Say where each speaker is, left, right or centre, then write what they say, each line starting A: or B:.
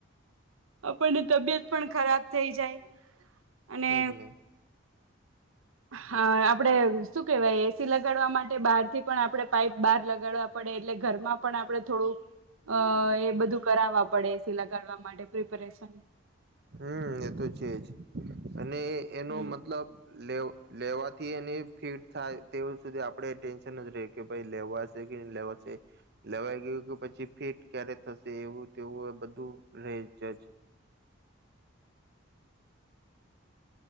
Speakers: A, on the right (about 85°); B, on the right (about 50°).
A: આપણને તબિયત પણ ખરાબ થઈ જાય. અને
B: એમને.
A: હા આપડે શું કેવાય એસી લગાડવા માટે બહાર થી પણ આપડે પાઈપ બહાર લગાડવા પડે એટલે ઘરમાં પણ આપડે થોડું અ એ બધું કરાવવા પડે એસી લગાડવા માટે પ્રિપરેશન.
B: હમ એ તો છે જ અને એનો
A: હમ
B: મતલબ લેવો લેવાથી એની ફીટ થાય તેવ સુધી આપડે ટેન્શન જ રે કે ભાઈ લેવાશે કે ન લેવાશે લેવાઈ ગયું કે પછી ફીટ ક્યારે થશે એવું તેવું બધું રહે જજ.